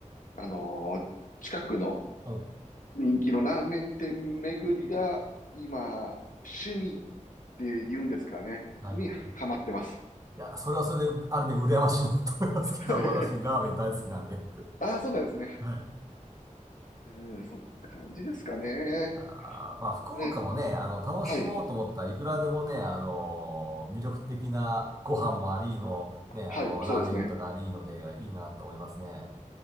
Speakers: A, on the left; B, on the right.
A: あのー近くの
B: うん。
A: 人気のラーメン店巡りが、今、趣味って言うんですかね、
B: はいはい。
A: にハマってます。
B: いや、それはそれで、ある面羨ましいなと思いますけど、
A: <laughs>
B: <laughs> 私、ラーメン大好きなんで。
A: ああ、そうなんですね。
B: はい。
A: うん、そんな感じですかね。
B: いやーまあ、福岡もね、
A: え
B: あの、楽しもうと思ったらいくらでもね、
A: はい、
B: あのー魅力的なご飯もありの、ね、あの、
A: はい、そうですね。
B: ラーメンとかありので、いいなと思いますね。